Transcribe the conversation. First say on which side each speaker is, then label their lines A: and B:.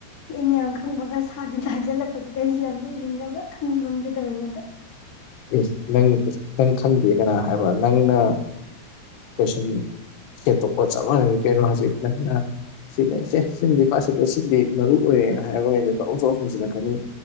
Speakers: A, on the left; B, on the left.
A: ꯑꯩꯅ ꯌꯥꯝ ꯈꯪꯕꯒ ꯁꯥꯗꯅ ꯍꯥꯏꯖꯜꯂꯛꯄꯗꯨꯗ ꯑꯩꯁꯦ ꯌꯥꯝ ꯅꯣꯛꯅꯤꯡꯉꯕ ꯈꯪꯁꯨ ꯈꯪꯖꯗꯕ ꯑꯩꯉꯣꯟꯗ
B: ꯑꯦ ꯅꯪ ꯅꯪ ꯈꯪꯗꯦ ꯀꯅꯥ ꯍꯥꯏꯕ ꯅꯪꯅ ꯀꯣꯏꯁꯟ <unintelligible> ꯆꯞ ꯃꯥꯟꯅꯔꯦ ꯀꯩꯅꯣ ꯍꯖꯤꯛ ꯅꯪꯅ ꯁꯤꯃ ꯁꯦ ꯁꯤꯃꯗꯤ ꯄꯥꯁꯤꯜꯂꯣ ꯁꯤꯃꯗꯤ ꯃꯔꯨ ꯑꯣꯏꯔꯦꯅ ꯍꯥꯏꯕꯒꯩꯗꯣ ꯇꯣꯛ ꯇꯣꯛ ꯍꯪꯖꯤꯜꯂꯛꯀꯅꯤ